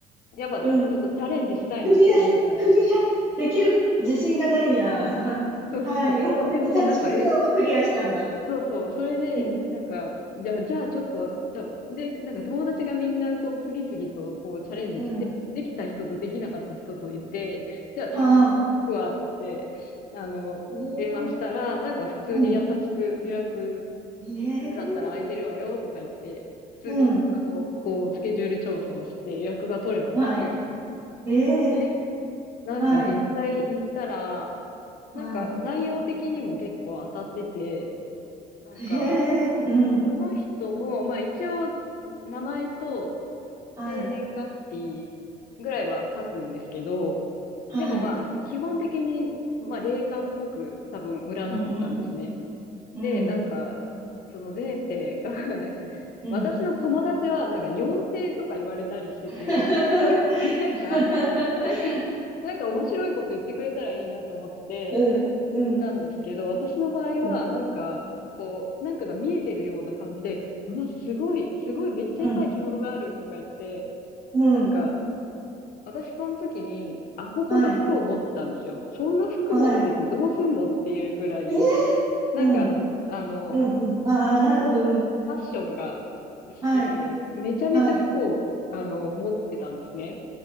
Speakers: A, on the left; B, on the right.
A: やっぱちょっとチャレンジしたいなって思うじゃないですか。
B: うん。クリアし、クリア、できる自信がないや。<laughs>
A: <laughs> そうそう。
B: はい。もうえ、
A: で、もうなんか、
B: じゃあ、ちくさんはクリアしたんだ。
A: えそうそう。それで、
B: うん。
A: なんか、じゃあ、じゃあちょっと、ちょ、で、なんか友達がみんなこう次々とこうチャレンジして、
B: うん。
A: できた人とできなかった人といて、じゃあ次行くわ、
B: はあ。
A: つって、あの、
B: えー、
A: 電話したら、なんか普通に優しく予約
B: うん。え
A: だったら空いてるわよとか言って、
B: ー、
A: 普通に、
B: うん。
A: あの、こう、スケジュール調整をして予約が取れたんですよ。
B: はい。えー、
A: で、なんか実際行ったら、
B: はい。はい。
A: なんか内容的にも結構当たってて、なんか、
B: えー、うん。
A: その人も、まあ一応、名前と
B: はい。
A: 生年月日ぐらいは書くんですけど、
B: はい。
A: でもまあ、基本的に、まあ霊感っぽく多分占ってたんですね。
B: うんうん。うん。
A: で、なんか、その前世が <laughs> なんか、
B: うん。
A: 私の友達は、なんか、妖精とか言われたりしてて、
B: <laughs>
A: <laughs> なんか、なんか、なんか面白いこと言ってくれたらいいなと思って、
B: うん。うん。
A: 行ったんですけど、私の場合は、
B: うん。
A: なんか、こう、なんかが見えてるような感じで、うわ、すごい、すごい、めっちゃいっぱい着物があるとか言って、
B: うん。うん。
A: なんか、私その時に、アホほど服を持ってたんですよ。
B: はい。
A: そんな服持っててどうすんのっていうぐらい、
B: はい。え
A: なんか、
B: うん。
A: あの、
B: うん。うん。ああ、なるほど。うん。
A: ファッションが好きで、
B: はい。
A: めちゃめちゃ服を、
B: はい。
A: あの、持ってたんですね。